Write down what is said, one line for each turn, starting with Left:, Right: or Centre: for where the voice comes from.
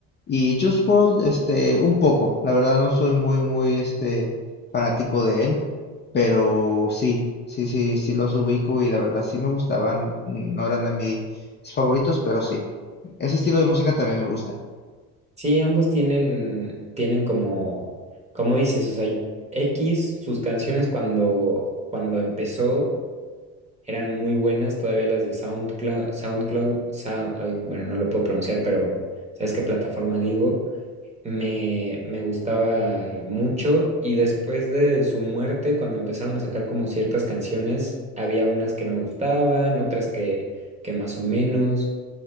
Left: Y Juice World, este, un poco. La verdad no soy muy, muy, este, fanático de él, pero sí, sí, sí, sí los ubico y la verdad sí me gustaban. No eran de mi mis favoritos, pero sí. Ese estilo de música también me gusta.
Right: Sí, ambos tienen, tienen como, como dices, o sea, X, sus canciones cuando, cuando empezó Eran muy buenas todavía las de SoundCloud, SoundCloud, Sou- ay, bueno, no lo puedo pronunciar, pero ¿sabes qué plataforma digo? Me, me gustaba mucho y después de su muerte, cuando empezaron a sacar como ciertas canciones, había unas que no me gustaban, otras que, que más o menos,